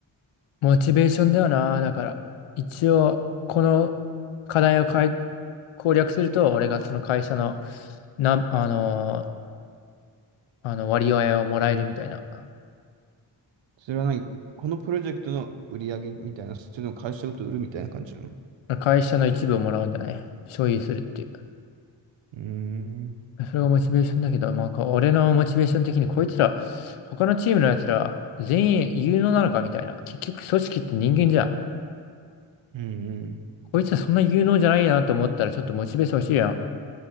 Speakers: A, on the left; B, on the right.
A: モチベーションだよな。だから、一応、この課題をかい攻略すると、俺がその会社の、な、あのー、あの割合をもらえるみたいな。
B: それは何このプロジェクトの売り上げみたいな、それでも会社ごと売るみたいな感じなの
A: 会社の一部をもらうんだよね。所有するっていう。
B: うーん。
A: それがモチベーションだけど、まあ、俺のモチベーション的にこいつら、他のチームのやつら、全員有能なのかみたいな。結局、組織って人間じゃん。
B: うんうん。
A: こいつらそんな有能じゃないなと思ったら、ちょっとモチベーション欲しいやん。